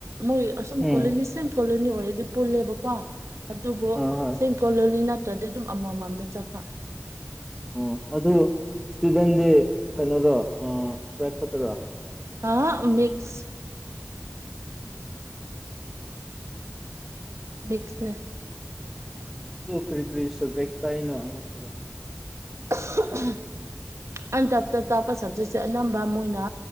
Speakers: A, on the right; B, in the centre.
A: ꯃꯣꯏ ꯑꯁꯨꯝ
B: ꯎꯝ
A: ꯀꯣꯂꯣꯅꯤ ꯁꯦꯝ ꯀꯣꯂꯣꯅꯤ ꯑꯣꯏꯔꯗꯤ ꯄꯨꯜꯂꯦꯕꯀꯣ ꯑꯗꯨꯕꯨ
B: ꯑꯥ ꯍꯣꯏ
A: ꯁꯦꯝ ꯀꯣꯂꯣꯅꯤ ꯅꯠ ꯇꯗꯤ ꯗꯨꯝ ꯑꯃ ꯃꯝꯗ ꯆꯠꯄ
B: ꯑꯣ ꯑꯗꯨ ꯏꯁꯇꯨꯗꯦꯟꯗꯤ ꯀꯩꯅꯣꯔ ꯑ ꯇ꯭ꯔꯥꯏꯞ ꯈꯠꯇꯥꯔ
A: ꯑꯍꯥ ꯃꯤꯛꯁ ꯃꯤꯛꯁꯅꯦ
B: ꯇꯨ ꯀ꯭ꯔꯤ ꯀ꯭ꯔꯤ ꯁꯞꯖꯦꯛ ꯇꯥꯛꯏꯅꯣ ꯑꯉꯥꯡ ꯈꯣꯏꯗ
A: <inaudible> ꯑ ꯩ ꯇꯥꯞꯇ ꯇꯥꯛꯄ ꯁꯕꯖꯦꯛꯁꯦ ꯑꯅꯝꯕ ꯃꯣꯏꯅ